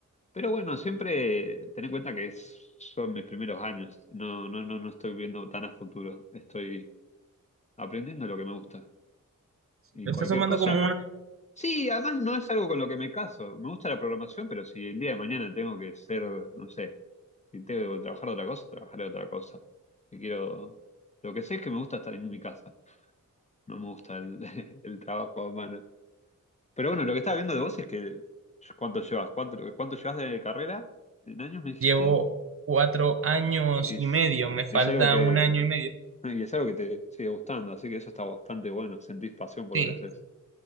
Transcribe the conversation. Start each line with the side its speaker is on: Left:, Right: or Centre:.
Left: Pero bueno, siempre ten en cuenta que es- son mis primeros años. No, no, no, no estoy viendo tan a futuro. Estoy aprendiendo lo que me gusta. Y
Right: Lo
Left: cualquier
Right: estás tomando
Left: cosa.
Right: como
Left: Sí, además no es algo con lo que me caso. Me gusta la programación, pero si el día de mañana tengo que ser, no sé, si tengo que trabajar de otra cosa, trabajaré de otra cosa. Si quiero. Lo que sé es que me gusta estar en mi casa. No me gusta el, <laughs> el trabajo a mano. Pero bueno, lo que estaba viendo de vos es que. ¿Cuánto llevas? ¿Cuánto, cuánto llevas de carrera? ¿En años me dijiste?
Right: Llevo cuatro años
Left: Y es,
Right: y medio, me falta
Left: es algo que,
Right: un año y medio.
Left: y es algo que te sigue gustando, así que eso está bastante bueno, sentís pasión por
Right: Sí,
Left: lo que haces.